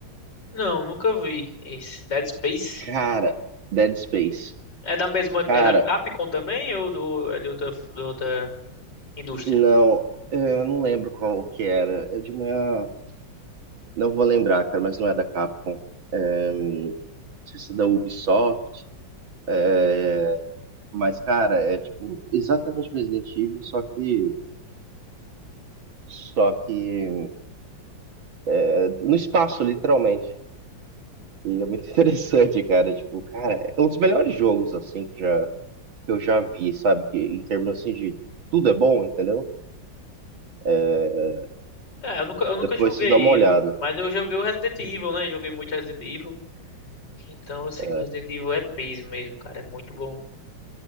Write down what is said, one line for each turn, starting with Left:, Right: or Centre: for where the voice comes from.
Left: Não, nunca vi esse. Dead Space
Right: Cara, Dead Space.
Left: é da mesma,
Right: Cara,
Left: é da Capcom também ou do, é de outra, de outra indústria?
Right: não, eu não lembro qual que era. É de uma. Não vou lembrar, cara, mas não é da Capcom. não sei se é da Ubisoft. É, mas, cara, é tipo exatamente Resident Evil, só que, só que é, no espaço, literalmente. E é muito <laughs> interessante, cara. Tipo, cara, é um dos melhores jogos, assim, que, já, que eu já vi, sabe? Que em termos, assim, de tudo é bom, entendeu? É,
Left: É, eu nunca, eu nunca
Right: depois
Left: joguei
Right: vocês dão uma olhada.
Left: ele, mas eu joguei o Resident Evil, né? Joguei muito Resident Evil. Então eu sei
Right: É,
Left: que o Resident Evil é peso mesmo, cara. É muito bom.